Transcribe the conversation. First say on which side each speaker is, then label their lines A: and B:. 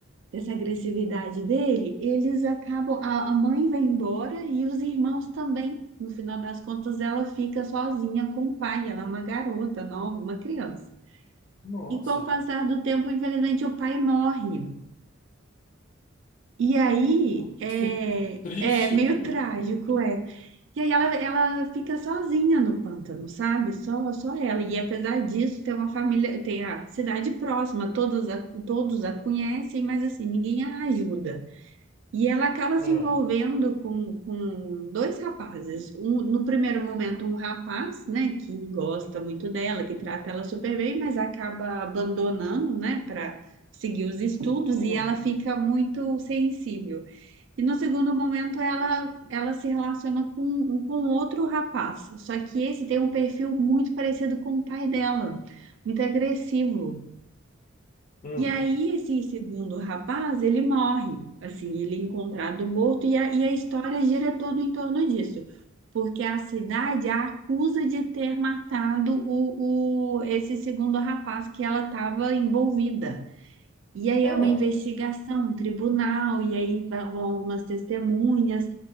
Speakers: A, on the right; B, on the left.
A: dessa agressividade dele, eles acabam, a, a mãe vai embora e os irmãos também. No final das contas, ela fica sozinha com o pai, ela é uma garota nova, uma criança.
B: nossa,
A: E com o passar do tempo, infelizmente, o pai morre. E aí
B: nossa,
A: é,
B: <laughs> que triste
A: é meio
B: o filme.
A: trágico, é. E aí ela, ela fica sozinha no pântano, sabe? Só, só ela. E apesar disso, tem uma família, tem a cidade próxima, todos a, todos a conhecem, mas assim, ninguém a ajuda. E ela acaba se
B: Ah,
A: envolvendo com, com dois rapazes. Um, no primeiro momento, um rapaz, né, que gosta muito dela, que trata ela super bem, mas acaba abandonando, né, para seguir os estudos,
B: hum,
A: e ela fica muito sensível. E no segundo momento ela, ela se relaciona com um com outro rapaz. Só que esse tem um perfil muito parecido com o pai dela, muito agressivo.
B: hum.
A: E aí esse segundo rapaz, ele morre, assim, ele é encontrado morto e a, e a história gira todo em torno disso. Porque a cidade a acusa de ter matado o, o, esse segundo rapaz que ela estava envolvida. E aí
B: Ah,
A: é uma investigação, um tribunal, e aí va- vão algumas testemunhas.